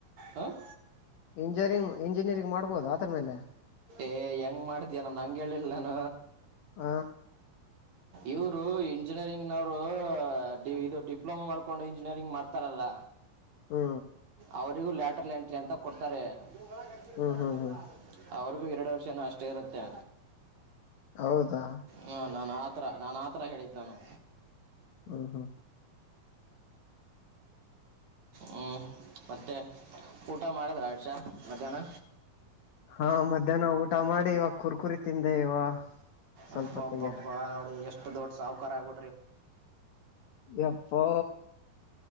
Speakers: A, on the right (about 60°); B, on the left (about 80°).
A: ಹಾಂ
B: ಇಂಜಿನಿಯರಿಂಗ್ ಇಂಜಿನಿಯರಿಂಗ್ ಮಾಡ್ಬೋದಾ ಅದ್ರ ಮೇಲೆ
A: ಏ ಹೆಂಗ್ ಮಾಡಿದ್ಯಾನ ನಂಗೆ ಹೇಳಿಲ್ಲಾನ
B: ಹ
A: ಇವರು ಇಂಜಿನಿಯರಿಂಗ್ನವ್ರು ಇದು ಡಿಪ್ಲೊಮಾ ಮಾಡ್ಕೊಂಡು ಇಂಜಿನಿಯರಿಂಗ್ ಮಾಡ್ತಾರಲ್ಲ
B: ಹ್ಮ
A: ಅವರಿಗೂ ಲ್ಾಟರ್ಲ್ ಎಂಟ್ರಿ ಅಂತ ಕೊಡ್ತಾರೆ ಇವ ಒಳಗೆಖರ್ಚಿರ್
B: ಹ್ಮ್
A: ಪಡಲ್ಲ
B: ಹ್ಮ್ ಹ್ಮ್
A: ಅವ್ರಿಗೂ ಎರಡು ವರ್ಷನೂ ಅಷ್ಟೇ ಇರುತ್ತೆ
B: ಹೌದಾ
A: ಹ್ಮ ನಾನಾತ್ ಆ ಥರ ನಾನು ಆ ಥರ ಹೇಳಿದ್ದು ನಾನು
B: ಹ್ಮ ಹಾ
A: ಹ್ಮ್ ಮತ್ತೆ ಊಟ ಮಾಡಿದ್ರ ಆಡ್ಷ ಮಧ್ಯಾಹ್ನ
B: ಹಾ ಮಧ್ಯಾಹ್ನ ಊಟ ಮಾಡಿ ಇವಾಗ ಕುರ್ಕುರಿ ತಿಂದೆ ಇವ ಸ್ವಲ್ಪೊತ್ತಿಗೆ
A: ಅಬ್ಬಬ್ಬಬ್ಬ ನೋಡಿ ಎಷ್ಟು ದೊಡ್ ಸಹಕಾರ ಆಗ್ಬ
B: ಎಪ್ಪೋ